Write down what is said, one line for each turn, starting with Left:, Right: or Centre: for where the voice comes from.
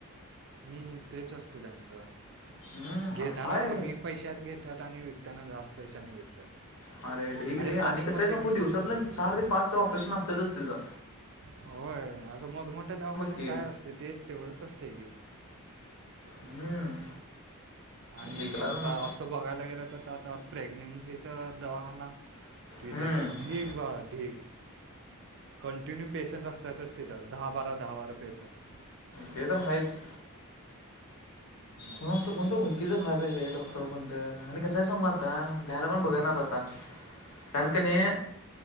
Right: हुं तेच असते त्यांचं,
Left: हम्म
Right: घेताना
Left: अरे काय
Right: कमी पैशात घेतात आणि विक त्यांना जास्त पैशानी विकतात.
Left: हा रे ढीग
Right: अरे
Left: रे
Right: बल्कमध्ये
Left: आणि कसंय सांगू,
Right: घेतात
Left: दिवसात ना
Right: रे तिने
Left: चार ते पाच, सहा ते ऑपरेशन असतातच तिथं.
Right: होय, असं मोठमोठ्या दवाखान्यात
Left: की
Right: काय असते ते, तेवढंच असते की.
Left: हम्म.
Right: आणि
Left: जिंकला
Right: आता
Left: मग
Right: असं बघायला गेलं तर, आता प्रेग्नेन्सीचा दवाखाना तिथं
Left: हम्म
Right: तर, ढीग, बा ढीग. कंटिन्यू पेशंट असतातच तिथं दहा बारा, दहा बारा पेशंट.
Left: ते तर हायच.
Right: मग
Left: पण असं कोण तर वळकीचं खाय पाहिजे डॉक्टर कोण तर आणि कसंय सांगू आता द्यायला पण
Right: हम्म,
Left: बघ ना आता. आत्ता. कारण कनेय